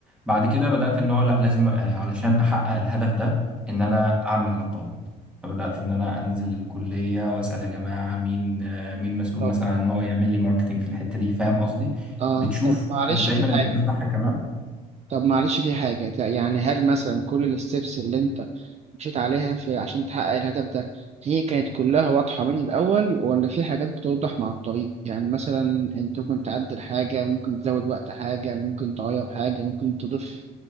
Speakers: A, in the centre; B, on the right (about 40°).
A: بعد كده بدات ان هو لا لازم آه، علشان احقق الهدف ده ان انا اعمل علاقات فبدات ان انا انزل الكليه واسال يا جماعه مين آه، مين مسؤول
B: طب
A: مثلا عن ان هو يعمل لي ماركتنج في الحته دي فاهم قصدي
B: اه
A: بتشوف
B: طب معلش
A: آه، دايما
B: في حاجة
A: ان ده صح كمان
B: طب معلش في حاجة ت- يعني هل مثلا كل الستبس اللي انت مشيت عليها في عشان تحقق الهدف ده هي كانت كلها واضحة من الأول ولا في حاجات بتوضح مع الطريق يعني مثلا انت ممكن تعدل حاجة ممكن تزود وقت حاجة ممكن تغير حاجة ممكن تضيف